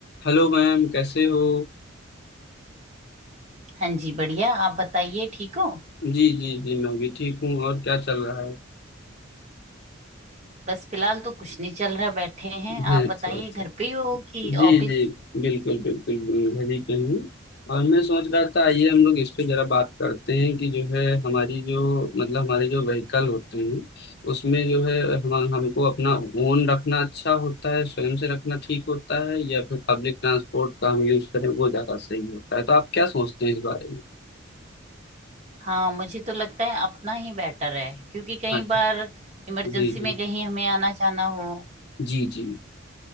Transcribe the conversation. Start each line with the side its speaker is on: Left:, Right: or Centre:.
Left: Hello ma'am कैसे हो
Right: हाँ जी बढ़िया आप बताइए ठीक हो
Left: जी जी जी मैं भी ठीक हूँ और क्या चल रहा है
Right: बस फिलहाल तो कुछ नहीं चल रहा बैठे हैं
Left: <laughs>
Right: आप
Left: अच्छा
Right: बताइए
Left: अच्छा
Right: घर पे ही हो कि
Left: जी
Right: ऑफिस
Left: जी बिल्कुल बिल्कुल बिल्कुल, घर ही पे हूँ और मैं सोच रहा था आइए हम लोग इस पे जरा बात करते हैं कि जो है हमारी जो मतलब हमारे जो व्हीकल होते हैं उसमें जो है हम हमको अपना ओन रखना अच्छा होता है स्वयं से रखना ठीक होता है या फिर पब्लिक ट्रांसपोर्ट का हम यूज करें वो ज्यादा सही होता है तो आप क्या सोचते हैं इस बारे में
Right: हाँ मुझे तो लगता है अपना ही बेटर है क्योंकि कई
Left: अच्छा
Right: बार इमरजेंसी
Left: जी जी
Right: में कहीं हमें आना जाना हो
Left: जी जी